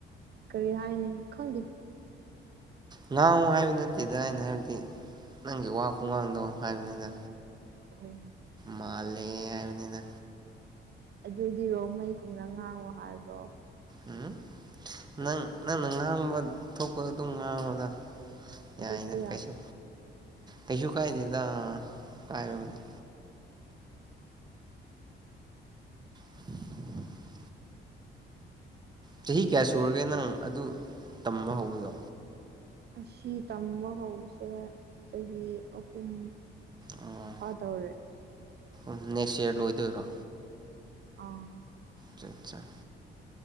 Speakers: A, on the right; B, on the right.
A: ꯀꯔꯤ ꯍꯥꯏꯅꯤ ꯈꯪꯗꯦ꯫
B: ꯉꯥꯡꯉꯨ ꯍꯥꯏꯕ ꯅꯠꯇꯦꯗ ꯑꯩꯅ ꯍꯥꯏꯕꯗꯤ꯫ ꯅꯪꯒꯤ ꯋꯥ ꯈꯨꯡꯉꯥꯡꯗꯣ ꯍꯥꯏꯕꯅꯤꯗ꯫
A: ꯑꯣ꯫
B: ꯃꯥꯜꯂꯦ ꯍꯥꯏꯕꯅꯤꯗ꯫
A: ꯑꯗꯨꯗꯤ ꯔꯣꯡꯃꯩꯒꯨꯝꯅ ꯉꯥꯡꯉꯣ ꯍꯥꯏꯕ꯭ꯔꯣ꯫
B: ꯎꯝ ꯅꯪ ꯅꯪꯅ ꯉꯥꯡꯕ ꯊꯣꯛꯄ ꯑꯗꯨꯝ ꯉꯥꯡꯉꯨꯗ꯫
A: ꯑꯗꯨꯁꯨ
B: ꯌꯥꯏꯅ
A: ꯌꯥꯗꯦ
B: ꯀꯩꯁꯨ ꯀꯩꯁꯨ ꯀꯥꯏꯗꯦꯗ ꯀꯥꯏꯕꯕꯨꯗꯤ꯫ <unintelligible> ꯆꯍꯤ ꯀꯌꯥ ꯁꯨꯔꯒꯦ ꯅꯪ ꯑꯗꯨ ꯇꯝꯕ ꯍꯧꯕꯗꯣ꯫
A: ꯑꯁꯤ ꯇꯝꯕ ꯍꯧꯕꯁꯦ ꯆꯍꯤ ꯑꯍꯨꯝ꯫
B: ꯑꯣ
A: ꯐꯥꯗꯧꯔꯦ
B: ꯁꯝ ꯅꯦꯛꯁ ꯏꯌꯥꯔ ꯂꯣꯏꯗꯣꯏꯔꯣ꯫
A: ꯑꯥ꯫
B: ꯆꯆꯥ꯫